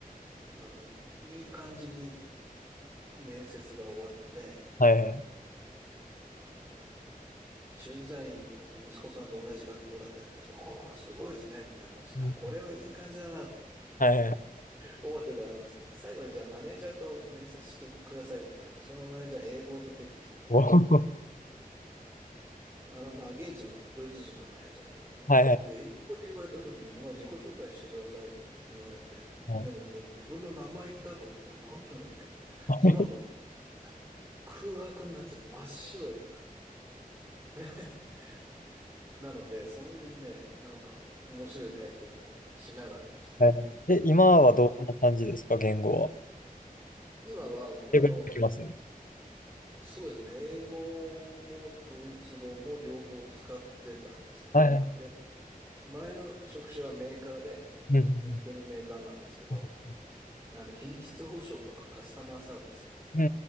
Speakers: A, on the right; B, on the left.
A: あの、いい感じに面接が終わって、
B: はいはい。
A: あの、駐在員の息子さんと同じ学校だったりなんかして、ああ、すごいですね、みたいな話で、
B: うん
A: あ、これはいい感じだなと
B: はいはい。
A: 思ってた。あの、最後にじゃあマネージャーと面接してくださいって言われて、そのマネージャー英語で出てきたんですね。
B: おー。
A: あの、まあ、現地のドイツ人のマネージャーだったんですけど、
B: はいはい
A: で、英語で言われた時に、まあ、自己紹介してくださいって言われて、
B: はい。
A: でももう自分の名前言った後の、これなんて言うんだっけその後もう
B: はい
A: 空白になっちゃう。真っ白で。<laughs> なので、そういうね、なんか面白い体験もしながらでしたね。
B: はい <laughs> え、今はどんな感じですか、
A: でも
B: 言語は。
A: 今は、
B: 英語にできます
A: あの、そうですね、英語もドイツ語も両方使ってたんですよね。
B: はいはい。
A: で、前の職種はメーカーで、に、
B: うん。
A: 日系のメーカーなんですけど、
B: うん。
A: あの、品質保証とかカスタマーサービス
B: う